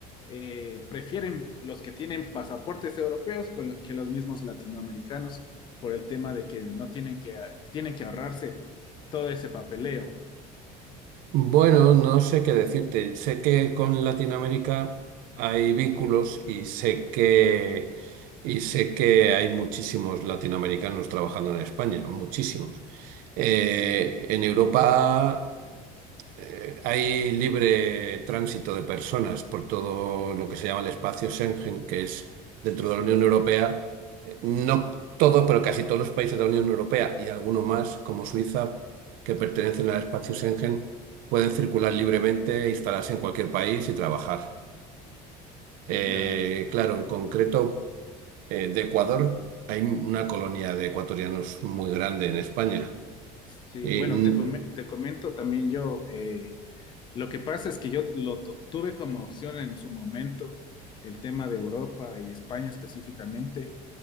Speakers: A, on the left (about 30°); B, on the right (about 60°).
A: eh, prefieren los que tienen pasaportes europeos con lo- que los mismos latinoamericanos por el tema de que no tienen que, tienen que ahorrarse todo ese papeleo.
B: Bueno, no sé qué decirte. Sé que con Latinoamérica hay vínculos y sé que
A: Sí,
B: y sé que hay muchísimos latinoamericanos trabajando en España, muchísimos. Eh,
A: sí,
B: en Europa eh, hay libre tránsito de personas por todo lo que se llama el espacio Schengen, que es dentro
A: sí,
B: de la Unión Europea. Eh, No todos, pero casi todos los países de la Unión Europea y algunos más, como Suiza, que pertenecen al espacio Schengen, pueden circular libremente, instalarse en cualquier país y trabajar. Eh,
A: ya.
B: claro, en concreto, eh, de Ecuador hay una colonia de ecuatorianos muy grande en España.
A: Sí,
B: Y
A: bueno,
B: mm,
A: te, come- te comento también yo. eh, Lo que pasa es que yo lo to- tuve como opción en su momento el tema de Europa y España específicamente,